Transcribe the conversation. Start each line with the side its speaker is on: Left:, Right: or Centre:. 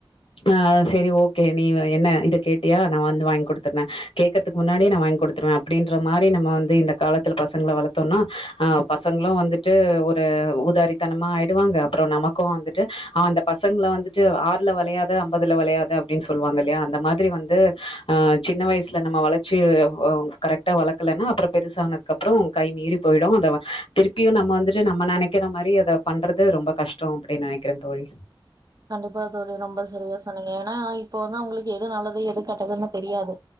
Left: ஆ செரி ஓகே நீ வை என்ன இத கேட்டியா நான் வந்து வாங்கி குடுத்துட்ற கேக்றதுக்கு முன்னாடியே நான் வாங்கி குடுத்துருவே அப்டின்ற மாரி நம்ம வந்து இந்த காலத்துல பசங்கள வளத்தோன்னா ஆ பசங்களு வந்துட்டு ஒரு உதாரித்தனமா ஆயிடுவாங்க அப்றோ நமக்கு வந்துட்டு ஆ அந்த பசங்கள வந்துட்டு ஆறுல வளையாது ஐம்பதுல வளையாது அப்டின்னு சொல்லுவாங்க இல்லயா அந்த மாதிரி வந்து சின்ன ஆ வயசுல நம்ம வளர்ச்சி கரெக்டா வளக்கலன்னா அப்றோ பெருசானது கப்றோ கை மீறி போயிடு அத திருப்பியு நம்ம வந்துட்டு நம்ம நெனைக்கிற மாரி அத பண்றது ரொம்ப கஷ் டோ அப்டி நெனைக்கிறே தோழி
Right: கண்டிப்பா தோழி ரொம்ப சரியா சொன்னீங்க ஏன்னா இப்போதா அவுங்களுக்கு எது நல்லது எது கேட்டதுன்னு தெரியாது